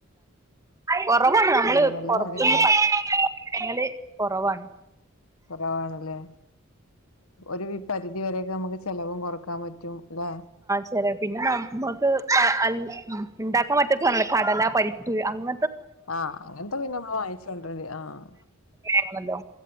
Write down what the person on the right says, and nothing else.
കൊറവാണ് നമ്മള്
പുറത്തുന്നു
ഞങ്ങള് കൊറവാണ്
ചെല പിന്നെ നമ്മുക്ക് അൽ ഇ ണ്ടാക്കാൻ പറ്റാത്ത സാധനങ്ങളെ കടല, പരിപ്പ് അങ്ങ
ആണല്ലോ.